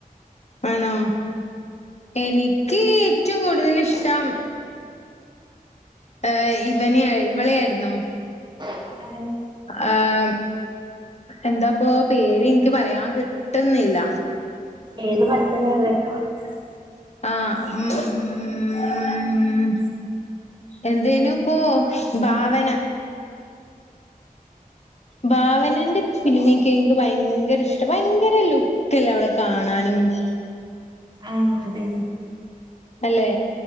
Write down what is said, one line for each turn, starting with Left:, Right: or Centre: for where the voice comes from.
Left: ആണോ എനി നിക്ക് ഏറ്റവും കൂടുതലിഷ്ടം ഏ ഇവനെ ഇവളെ ആയിരുന്നോ?
Right: <unintelligible>
Left: ആ മ് എന്താപ്പൊ പേര് ഇൻക്ക് പറയാൻ കിട്ട്ന്നില്ല.
Right: ഏത് പടത്തിലിള്ളെ <unintelligible>
Left: ആ മ് മ് മ് മ് മ് മ് എന്തേനു ഇപ്പൊ ഭാവന. ഭാവനന്റെ ഫിലിമ്ക്കെ ഇൻക്ക് ഭയങ്കര ഇഷ്ട ഭയങ്കര ലുക്കല്ലേ അവളെ കാണാനും. <unintelligible>
Right: ആ അതെ
Left: അല്ലെ?